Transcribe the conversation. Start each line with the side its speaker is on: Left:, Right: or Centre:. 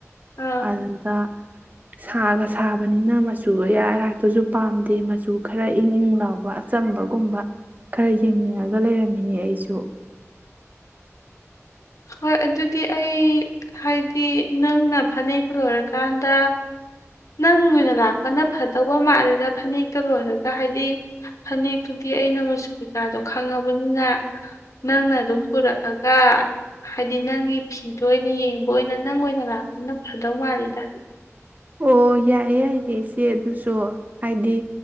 Left: ꯑꯥ
Right: ꯑꯗꯨꯗ ꯁꯥꯒꯁ ꯁꯥꯕꯅꯤꯅ ꯃꯆꯨ ꯑꯌꯥ ꯑꯔꯥꯛꯇꯁꯨ ꯄꯥꯝꯗꯦ ꯃꯆꯨ ꯈꯔ ꯏꯪ ꯏꯪ ꯂꯥꯎꯕ ꯑꯆꯝꯕꯒꯨꯝꯕ ꯈꯔ ꯌꯦꯡꯅꯤꯡꯉꯒ ꯂꯩꯔꯝꯃꯤꯅꯦ ꯑꯩꯁꯨ
Left: ꯍꯣꯏ ꯑꯗꯨꯗꯤ ꯑꯩ ꯍꯥꯏꯗꯤ ꯅꯪꯅ ꯐꯅꯦꯛꯇꯨ ꯂꯣꯏꯔꯀꯥꯟꯗ ꯅꯪ ꯑꯣꯏꯅ ꯂꯥꯛꯄꯅ ꯐꯗꯧꯕ ꯃꯥꯜꯂꯦꯗ ꯐꯅꯦꯛꯇꯨ ꯂꯣꯏꯔꯒ ꯍꯥꯏꯗꯤ ꯐꯅꯦꯛꯇꯨꯗꯤ ꯑꯩꯅ ꯃꯆꯨ ꯀꯩꯀꯥꯗꯣ ꯈꯪꯉꯕꯅꯤꯅ ꯅꯪꯅ ꯑꯗꯨꯝ ꯄꯨꯔꯛꯑꯒ ꯍꯥꯏꯗꯤ ꯅꯪꯒꯤ ꯐꯤꯗꯣ ꯑꯣꯏꯅ ꯌꯦꯡꯕ ꯑꯣꯏꯅ ꯅꯪ ꯑꯣꯏꯅ ꯂꯥꯛꯄꯅ ꯐꯗꯧ ꯃꯥꯜꯂꯤꯗ
Right: ꯑꯣ ꯌꯥꯏꯌꯦ ꯌꯥꯏꯌꯦ ꯏꯆꯦ ꯑꯗꯨꯁꯨ ꯍꯥꯏꯗꯤ